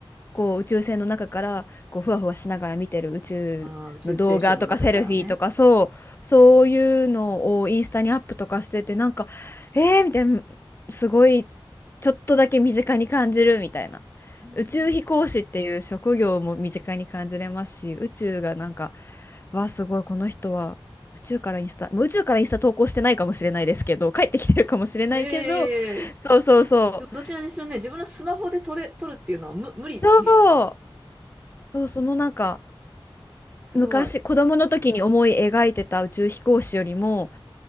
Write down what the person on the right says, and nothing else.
ああ、宇宙ステーションの中からね。
うん
ええいやいやいや。でもどちらにしろね、自分のスマホで撮れ、撮るっていうのは無、無理。
<laughs> すごい。
へ